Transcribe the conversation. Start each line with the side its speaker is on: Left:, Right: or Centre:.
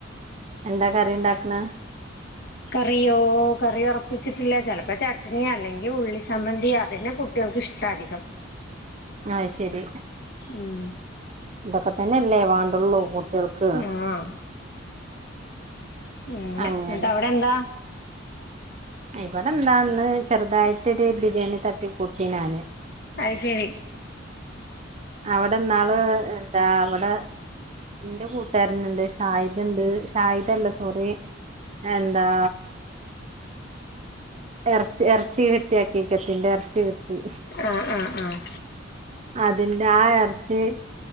Right: എന്താ കറിയിണ്ടാക്ക്ണ്
Left: കറിയോ കറി ഒറപ്പിച്ചിട്ടില്ല, ചെലപ്പ ചട്ട്ണി അല്ലെങ്കി ഉള്ളി ചമ്മന്തി അതിന് കു ട്ട്യൾക്കിഷ്ട അധികം
Right: ആയ് ശരി
Left: ഉം
Right: തൊക്കെ തന്ന്യല്ലേ വാണ്ടൊള്ളൂ കുട്ട്യൾക്ക്
Left: ആഹ് ഉം
Right: അങ്ങനെ
Left: ന്നട്ടവിടെന്താ
Right: ഇവിടെന്താന്ന് ചെറുതായിട്ടൊരു ബിരിയാണി തട്ടി കൂട്ടി ഞാന്
Left: അയ് ശെരി
Right: അവടന്നാള് എന്താ വടെ ന്റെ കൂട്ടുകാരന്ണ്ട് ഷാഹിദ്ണ്ട് ഷാഹിദല്ല സോറി എന്താ.. എർച് എർച്ചി കിട്ടി അകീക്കത്തിന്റെ എർച്ചി കിട്ടി.
Left: ആഹ് ആഹ് ആഹ്
Right: അതിന്റെ ആ എർച്ചി